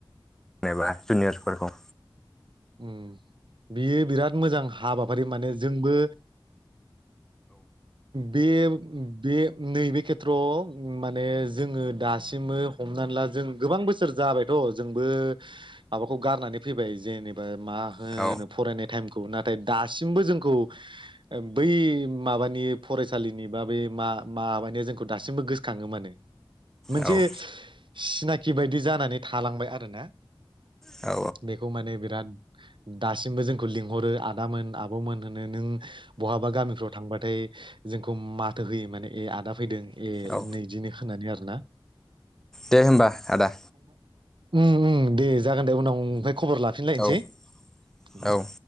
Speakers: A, in the centre; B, on the right.
A: जेनेबा जनियरसफोरखौ
B: उम बियो बिराद मोजां हाबाफारि माने जोंबो बे बे नैबे खेथ्रआव माने जोङो दासिमबो हमनानै ला जों गोबां बोसोर जाबायथ' जोंबो माबाखौ गारनानै फैबाय जेनेबा मा होनो
A: औ
B: फरायनाय टाइमखौ नाथाय दासिमबो जोंखौ बै माबानि फरायसालिनि बा बे मा माबानिया जोंखौ दासिमबो गोसोखाङो माने मोनसे
A: औ
B: सिनाखि बायदि जानानै थालांबाय आरो ना
A: औ
B: बेखौ माने बिराद दासिमबो जोंखौ लिंहरो आदामोन आब'मोन होन नो नों बहाबा गामिफ्राव थांबाथाय जोंखौ माथो होयो माने ए आदा फैदों ए
A: औ
B: नैदिनो <unintelligible> नानै आरो ना
A: दे होमबा आदा
B: उम उम दे जागोन दे उनाव ओमफाय खबर लाफिनलायनोसै
A: औ
B: दे
A: औ